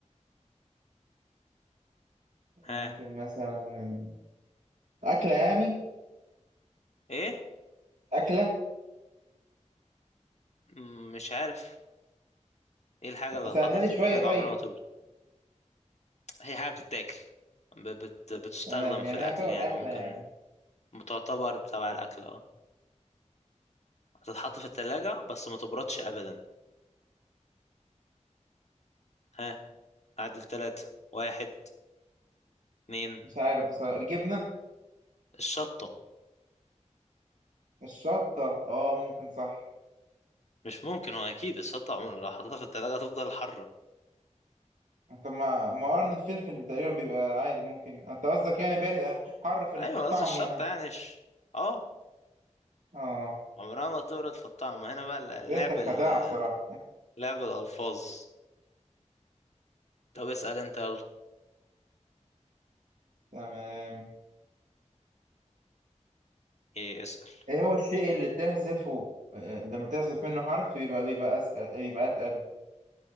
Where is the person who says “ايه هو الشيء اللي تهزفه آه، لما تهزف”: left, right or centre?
Right